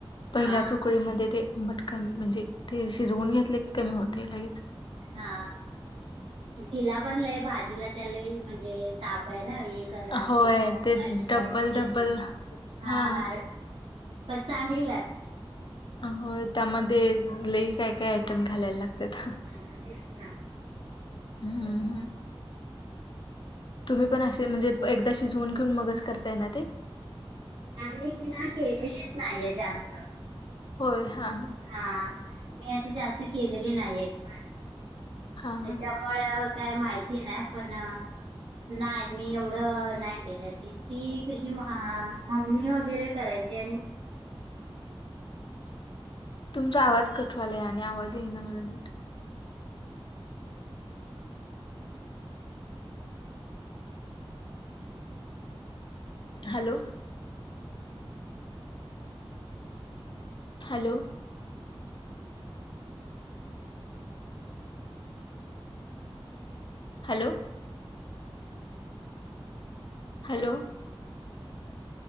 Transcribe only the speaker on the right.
हा
हा. तिला पण लय भाजीला त्या लय म्हणजे, तापय ना. हे करा,
ते करा. <unintelligible>
शिजवून.
हा
<unintelligible> पण चांगली लागती.
ह, तेच ना.
मी ति ना, केलेलीच नाहीये जास्त.
हा. मी असं, जास्त केलेली नाहीेये. ती भाजी.
त्याच्यामुळं,
काय माहिती नाही? पण नाही मी एवढं, नाही केलं. ती, ती कशी. हां. मम्मी वगैरे करायची आणि
<inaudible>